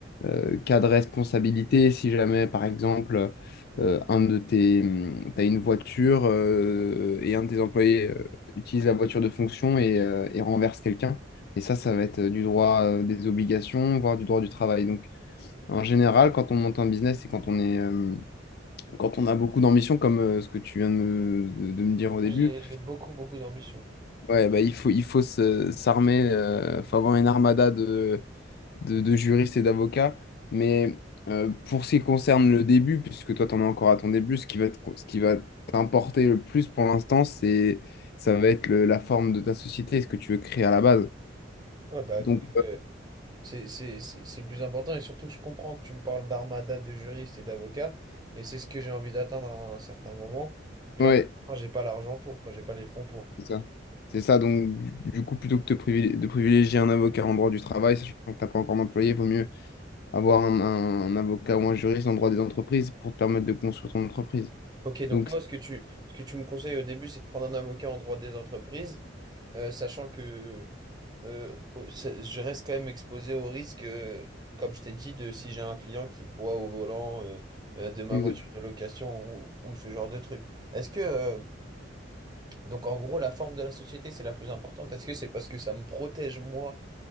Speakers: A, on the left; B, on the right.
A: euh, cas de responsabilité, si jamais, par exemple, euh, un de tes, mm, t'as une voiture euh, et un de tes employés euh, utilise la voiture de fonction et, euh, et renverse quelqu'un. Et ça, ça va être euh, du droit euh, des obligations, voire du droit du travail. Donc, en général, quand on monte un business et quand on est, euh, quand on a beaucoup d'ambition, comme euh, ce que tu viens de me, de- de me dire au début,
B: J'ai, j'ai beaucoup, beaucoup d'ambition.
A: ouais, bah, il faut, il faut se- s'armer, euh, faut avoir une armada de, de, de juriste et d'avocat. Mais euh, pour ce qui concerne le début, puisque toi, tu en es encore à ton début, ce qui va te- ce qui va t'importer le plus pour l'instant, c'est, ça va être le- la forme de ta société, ce que tu veux créer à la base.
B: Ouais, bah,
A: Donc,
B: euh, C'est c'est- c'est- c'est le plus important et surtout que je comprends que tu me parles d'armada de juristes et d'avocats et c'est ce que j'ai envie d'atteindre à un certain moment. Mais
A: euh,
B: là,
A: ouais,
B: pour l'instant, j'ai pas l'argent pour, quoi, j'ai pas les fonds pour.
A: c'est ça. C'est ça. Donc, du du coup, plutôt que de privil- de privilégier un avocat en droit du travail, sachant que tu n'as pas encore d'employé, il vaut mieux avoir un, un- un avocat ou un juriste en droit des entreprises pour te permettre de construire ton entreprise.
B: Ok, donc
A: Donc,
B: toi, ce que tu, ce que tu me conseilles au début, c'est de prendre un avocat en droit des entreprises, euh, sachant que euh, au- ça- je reste quand même exposé au risque, euh, comme je t'ai dit, de si j'ai un client qui boit au volant euh, euh, de ma
A: c'est-
B: voiture de location ou, ou ce genre de truc. Est-ce que euh, Donc en gros, la forme de la société, c'est la plus importante. Est-ce que c'est parce que ça me protège, moi,